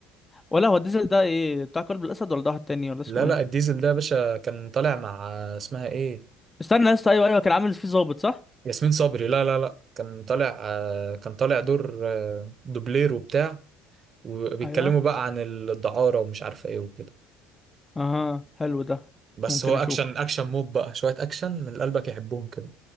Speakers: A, on the left (about 15°); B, on the right (about 40°).
A: ولا هو الديزل ده ايه بتاع قلب الاسد ولا ده واحد تاني ولا اسمه
B: لا لا
A: ايه
B: الديزل ده يا باشا كان طالع مع اسمها ايه
A: استنى يا اسطى ايوه ايوه كان عامل فيه ظابط صح
B: ياسمين صبري لا لا لا كان طالع آه، كان طالع دور آه، دوبلير وبتاع وبيتكلموا
A: ايوه
B: بقى عن الدعارة ومش عارفة ايه وكده
A: اها حلو ده
B: بس
A: ممكن
B: هو
A: اشوف
B: اكشن اكشن موب بقى شوية اكشن من اللي قلبك يحبهم كده